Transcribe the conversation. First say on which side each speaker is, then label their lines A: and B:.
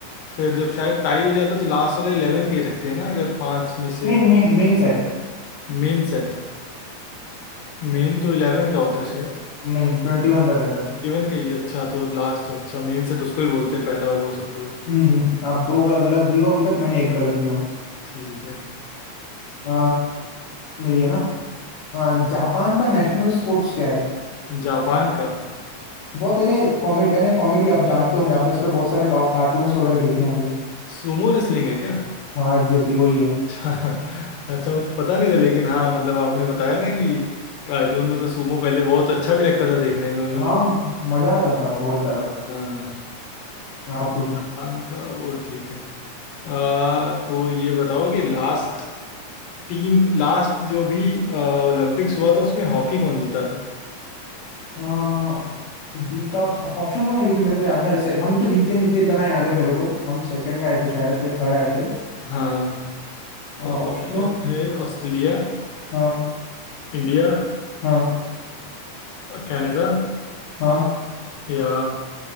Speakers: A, on the left (about 90°); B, on the left (about 70°).
A: फिर जब शायद टाई हो जाता है तो लास्ट वाला इलेवन के ही रखते हैं ना अगर पांच में से
B: Main main main set
A: Main set मेन तो इलेवन का होता है शायद
B: नहीं ट्वेंटी वन का रहता है
A: ट्वेंटी वन का ही है। अच्छा तो लास्ट तो अच्छा मेन सेट उसको ही बोलते हैं पहला और वो सब जो होता है
B: हम्म हम्म, आप दो ग- गलत दियो अभी तक मैंने एक गलत दिया हूँ
A: ठीक है
B: अ, मेरी है ना हाँ जापान का नेशनल स्पोर्ट्स क्या है
A: जापान का
B: बहुत इन्हें कॉमेडी यानी कॉमेडी आप जानते होंगे आपने इस पे बहुत सारे कार्टून्स वगैरह देखे होंगे
A: सुमो रेसलिंग है क्या
B: हाँ एग्जैक्टली वही है
A: <laughs> अच्छा मुझे पता नहीं था लेकिन हाँ मतलब आपने बताया ना कि कार्टून में तो सुमो पहले बहुत अच्छा भी लगता था देखने में उन लोग
B: हाँ मजा आता था बहुत ज्यादा
A: हाँ
B: आप
A: तो
B: पूछो
A: जापान का वो ठीक है आ, तो ये बताओ कि लास्ट टीम लास्ट जो भी ओलंपिक्स हुआ था उसमें हॉकी कौन जीता था
B: हाँ जीता था ऑप्शन दो ना क्योंकि मेरे को याद नहीं आ रहा से- हम तो जीते नहीं थे इतना याद है मेरे को हम सेकंड आए थे शायद या थर्ड आए थे
A: हाँ
B: ऑप्शन
A: तो ऑप्शन
B: दो
A: है ऑस्ट्रेलिया
B: हाँ
A: इंडिया
B: हाँ
A: कनाडा
B: हाँ
A: या